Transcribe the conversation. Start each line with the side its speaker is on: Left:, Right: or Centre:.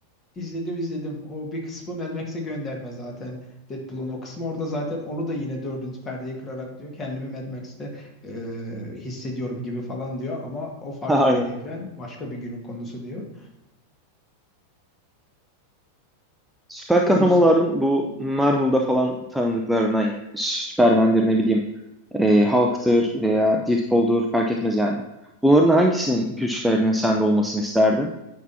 Left: İzledim izledim. O bir kısmı Mad Max'e gönderme zaten. Deadpool'un o kısmı orada zaten onu da yine dördüncü perdeyi kırarak diyor. Kendimi Mad Max'te e, hissediyorum gibi falan diyor. Ama o farklı
Centre: <laughs> Aynen.
Left: bir evren. Başka bir günün konusu diyor.
Centre: Süper
Left: O
Centre: kahramanların
Left: yüzden.
Centre: bu Marvel'da falan tanıdıklarına yani Superman'dir ne bileyim eee Hulk'tır veya Deadpool'dur fark etmez yani. Bunların hangisinin güçlerinin sende olmasını isterdin?